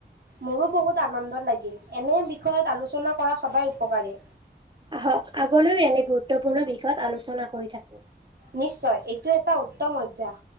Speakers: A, on the right (about 65°); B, on the right (about 25°).
A: মোৰো বহুত আনন্দত লাগিল এনে বিষয়ত আলোচনা কৰা সদায় উপকাৰী
B: আহক আগলৈও এনে গুৰুত্বপূৰ্ণ বিষয়ত আলোচনা কৰি থাকো।
A: নিশ্চয় এইটো এটা উত্তম অভ্যাস